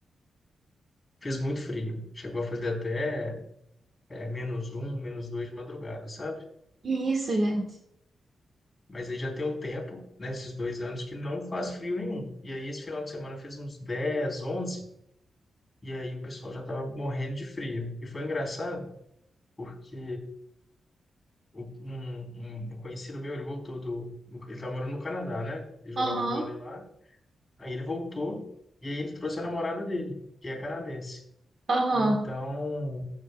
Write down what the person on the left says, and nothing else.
fez muito frio. Chegou a fazer até é, menos um, menos dois de madrugada, sabe?
Mas aí já tem um tempo, né, esses dois anos, que não faz frio nenhum. E aí esse final de semana fez uns 10, 11, e aí o pessoal já tava morrendo de frio. E foi engraçado, porque o- um, um um conhecido meu, ele voltou do... do- Ele tá morando no Canadá, né? Ele jogava
vôlei lá. Aí ele voltou e aí ele trouxe a namorada dele, que é canadense.
Então,